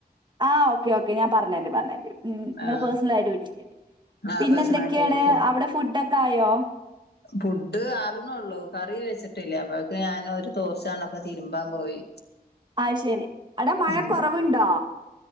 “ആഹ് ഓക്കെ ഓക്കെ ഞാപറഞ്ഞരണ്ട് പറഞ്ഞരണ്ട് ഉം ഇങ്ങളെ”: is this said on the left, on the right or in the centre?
Right